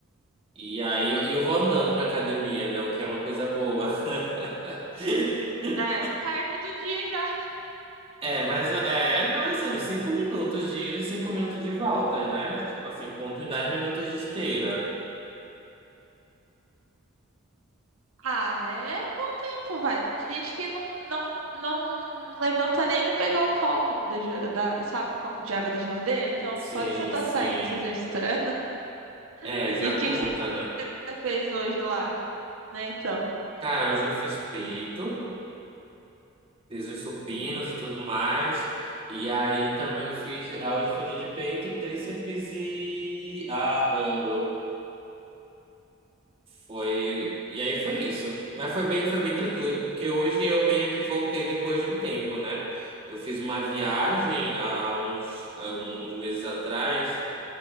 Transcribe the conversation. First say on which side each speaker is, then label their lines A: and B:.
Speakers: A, on the right; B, on the right.
A: E aí eu, e eu vou andando pra academia, né? O que é uma coisa boa. <laughs>
B: Já é o cardio do dia já.
A: É, mas é, não é assim, cinco minutos de ida e cinco minutos de volta, né? Tipo assim, conta uns dez minutos de esteira.
B: Ah, é bom tempo, vai. Tem gente que não, não, não levanta nem pra pegar o copo da, ge- da, sabe, o copo de água da geladeira. Então,
A: Sim,
B: só de você estar
A: sim.
B: saindo e se exercitando. <laughs>
A: É, já
B: E o que
A: conta,
B: que você
A: né?
B: fez hoje lá, né? Então.
A: Cara, hoje eu fiz peito, fiz os supinos
B: Uhum.
A: e tudo mais. E aí também eu fiz. ah, Hoje foi dia de peito, tríceps e ah, ombro. Foi. E aí foi isso. Mas foi bem, foi bem tranquilo. Porque hoje eu meio que voltei depois de um tempo, né? Eu fiz uma viagem há uns, há uns meses atrás.